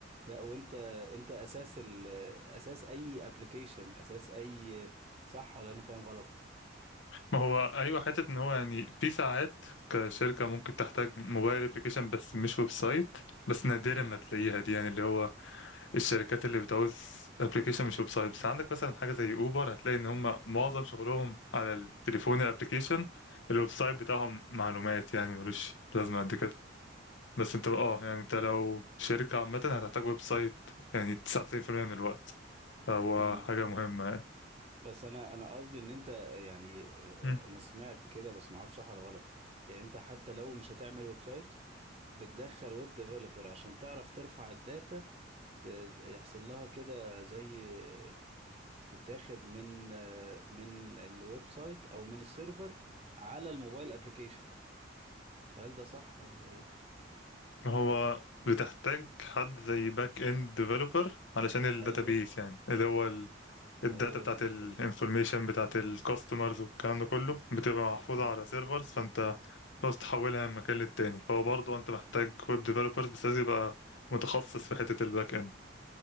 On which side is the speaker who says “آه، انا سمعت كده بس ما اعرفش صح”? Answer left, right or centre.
Right